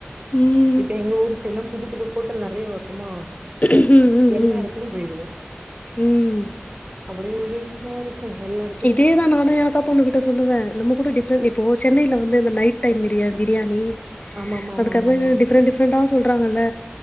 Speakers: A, on the left; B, on the right.
A: ம்.
B: இப்ப எங்க ஊரு எல்லா புது புது ஹோட்டல் நெறைய வருமா
A: ம். ம்.
B: எல்லா
A: ம்.
B: எடத்துக்கு போயிருவோ
A: ம்.
B: அப்டி ஒரே இதா இருக்கு எல்லா எட
A: இதேதா நானு எ அக்கா பொண்ணு கிட்ட சொல்லுவே நம்ம கூட டிஃப்ரெண்ட் இப்போ சென்னைல வந்து இந்த நைட் டைம் பிரியாண் பிரியாணி
B: ஆமாமாமாமாமா
A: அது <unintelligible> டிஃப்ரென்ட் டி ஃப்ரண்டா சொல்றாங்கல்ல